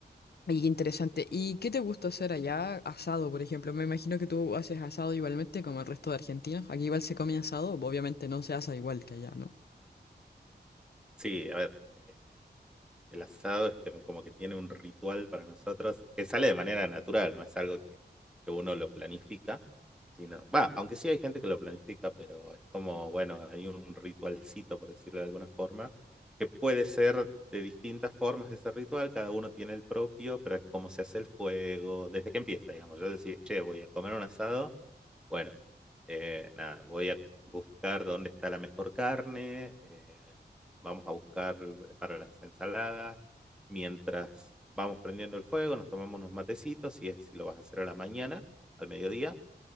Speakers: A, on the left; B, in the centre.
A: Ay, qué interesante. ¿Y qué te gusta hacer allá? Asado, por ejemplo. Me imagino que tú haces asado igualmente como el resto de argentinos. Aquí igual se come asado, obviamente no se asa igual que allá, ¿no?
B: Sí, a ver, eh, El asado es que- como que tiene un ritual para nosotros que sale de manera natural, no es algo que, que uno lo planifica, sino, va, aunque sí hay gente que lo planifica, pero es como, bueno, hay un ritualcito, por decirlo de alguna forma, que puede ser de distintas formas ese ritual, cada uno tiene el propio, pero es como se hace el fuego, desde que empieza, digamos, yo decir, che, voy a comer un asado, bueno, eh, nada, voy a buscar dónde está la mejor carne. eh, vamos a buscar para las ensaladas, mientras vamos prendiendo el fuego, nos tomamos unos matecitos, si, es, si lo vas a hacer a la mañana, al mediodía,